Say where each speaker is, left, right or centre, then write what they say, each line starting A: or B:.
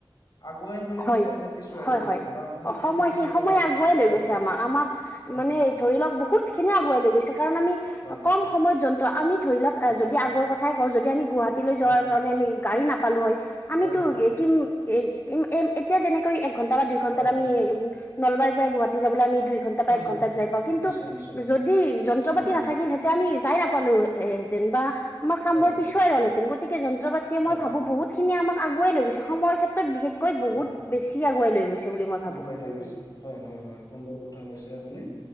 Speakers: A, on the left; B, on the left.
A: আগুৱাই লৈ গৈছে
B: হয়
A: নে পিছুৱাই
B: হয়
A: লৈ গৈছে।
B: অ
A: বা সময়খিনি
B: সময়
A: সঠিক
B: সেই
A: ব্যৱহাৰত
B: সময়ে আগুৱাই লৈ
A: হয়
B: গৈছে আমাক আমাক
A: হয়
B: মানে ধৰি লওক বহুত খিনি আগুৱাই লৈ গৈছে কাৰণ আমি
A: হয়
B: কম সময়ত যন্তু আমি ধৰি লওক
A: হয় হয়
B: যদি আগৰ কথাই কওঁ যদি আমি গুৱাহাটীলৈ যোৱাৰ
A: হয়
B: কাৰণে আমি গাড়ী নাপালো হয় আমিতো
A: হয়
B: একিম। এ এ এতিয়া যেনেকৈ এক ঘণ্টা বা দুই ঘণ্টাত
A: হয়
B: আমি উম নলবাৰীৰ পৰা গুৱাহাটী যাবলৈ আমি দুই ঘণ্টা বা
A: হয়
B: এক ঘণ্টাত
A: হয় হয়
B: যাই পাওঁ কিন্তু
A: নিশ্চয় নিশ্চয়
B: যদি যন্ত্ৰপাতি
A: হয়
B: নাথাকিল হেঁতেন আমি যাই নাপালোঁ‌ হয় হেঁতেন বা আমাৰ কামবোৰ
A: হয়
B: পিছুৱাই গ'ল হেঁতেন গতিকে যন্ত্ৰ যন্ত্ৰ পাতিয়ে
A: হয়
B: মই ভাবোঁ বহুতখিনি আমাক আগুৱাই লৈ গৈছে সময়ৰ ক্ষেত্ৰত বিশেষকৈ বহুত
A: হয়
B: বেছি আগুৱাই লৈ গৈছে। বুলি মই
A: আগুৱাই
B: ভাবো
A: লৈ গৈছে। হয় হয় হয় সুন্দৰ কথা কৈছে আপুনি